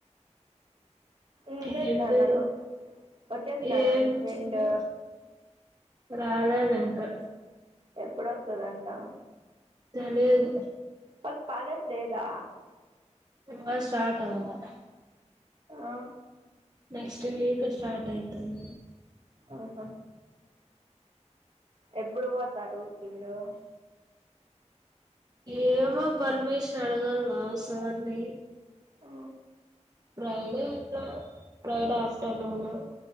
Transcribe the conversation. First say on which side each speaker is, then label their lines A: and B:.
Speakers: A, on the right; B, on the right.
A: ఏం చేస్తన్నారు
B: ఏందో
A: వచ్చేసినారా
B: ఏంచెయ్యో
A: నీ ఫ్రెండ్
B: రాలేదింకా
A: ఎప్పుడొస్తదంటా
B: తెలీదు
A: వాళ్ళకి కాలేజ్ లేదా
B: ఇంగా స్టార్ట్ అవ్వలా
A: ఆ
B: నెక్స్ట్ వీక్ స్టార్టయితాది
A: ఆహా ఎబ్బుడు పోతారు వూరికి మీరు
B: ఏమో పర్మిషన్ అడగల్లా సార్ని
A: ఓ
B: ఫ్రైడే ఏట్లా ఫ్రైడే ఆఫ్టర్నూన్